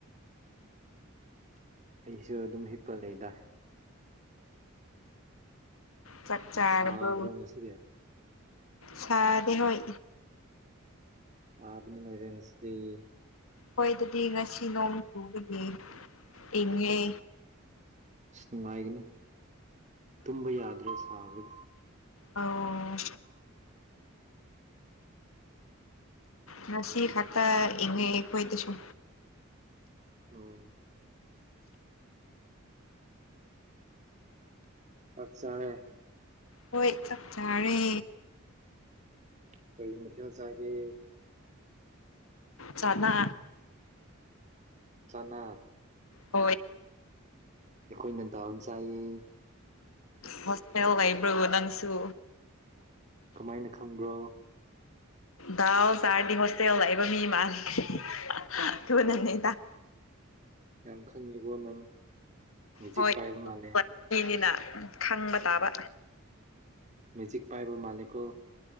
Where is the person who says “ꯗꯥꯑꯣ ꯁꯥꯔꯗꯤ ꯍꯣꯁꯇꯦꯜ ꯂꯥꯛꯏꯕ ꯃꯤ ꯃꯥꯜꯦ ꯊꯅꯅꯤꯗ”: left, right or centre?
Left